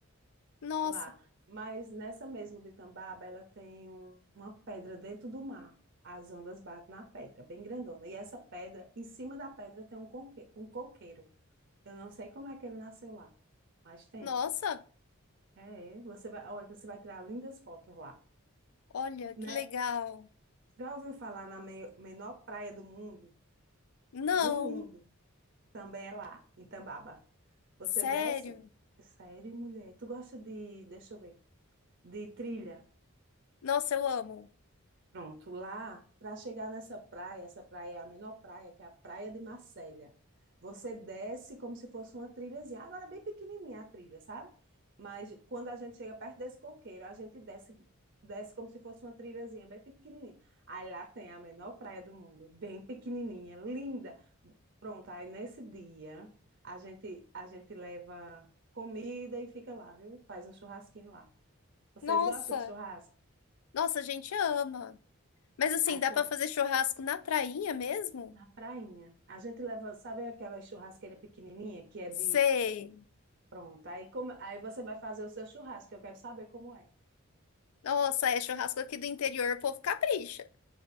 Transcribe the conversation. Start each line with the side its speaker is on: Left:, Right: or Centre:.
Left: Nossa,
Right: lá. Mas nessa mesmo de Tambaba, ela tem um- uma pedra dentro do mar. As ondas batem na pedra, bem grandona. E essa pedra, em cima da pedra tem um conque- um coqueiro. Eu não sei como é que ele nasceu lá, mas tem.
Left: nossa.
Right: É, é. você vai, olha, você vai tirar lindas fotos lá,
Left: Olha que
Right: né?
Left: legal.
Right: Já ouviu falar na me- menor praia do mundo?
Left: Não,
Right: Do mundo, também é lá, em Tambaba. Você
Left: sério.
Right: desce. Sério, mulher? Tu gosta de, deixa eu ver, de trilha?
Left: Nossa, eu amo.
Right: Pronto, lá, para chegar nessa praia, essa praia é a menor praia, que é a Praia de Marcélia. Você desce como se fosse uma trilhazinha. Agora é bem pequenininha a trilha, sabe? Mas quando a gente chega perto desse coqueiro, a gente desce, desce como se fosse uma trilhazinha bem pequenininha. Aí lá tem a menor praia do mundo, bem pequenininha, linda. Pronto, aí nesse dia a gente a gente leva comida e fica lá, viu? Faz um churrasquinho lá. Vocês
Left: Nossa,
Right: gostam de churrasco?
Left: nossa, a gente ama. Mas assim,
Right: Aí
Left: dá
Right: pronto.
Left: pra fazer churrasco na prainha mesmo?
Right: Na prainha. A gente leva, sabe aquela churrasqueira pequenininha que é
Left: Sei.
Right: de. Pronto. Aí, como... aí você vai fazer o seu churrasco, eu quero saber como é.
Left: Nossa, é churrasco aqui do interior, o povo capricha.